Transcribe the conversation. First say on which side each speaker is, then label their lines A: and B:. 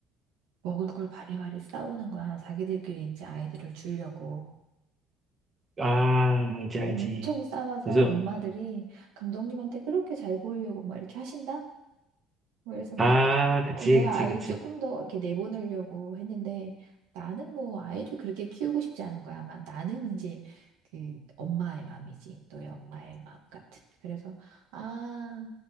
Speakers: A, on the right; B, on the right.
A: 먹을 걸 바리바리 싸우는 거야. 자기들끼리 이제 아이들을 주려고.
B: 아, 알지,
A: 엄청
B: 알지.
A: 싸워서
B: 요즘,
A: 엄마들이 감독님한테 그렇게 잘 보이려고 막 이렇게 하신다? 그래서 막,
B: 아, 그치,
A: 어, 내
B: 그치,
A: 아이
B: 그치.
A: 조금 더 이렇게 내보내려고 했는데, 나는 뭐 아이를 그렇게 키우고 싶지 않은 거야. 아마 나는 이제 그 엄마의 마음이지. 너의 엄마의 마음 같은. 그래서, 아,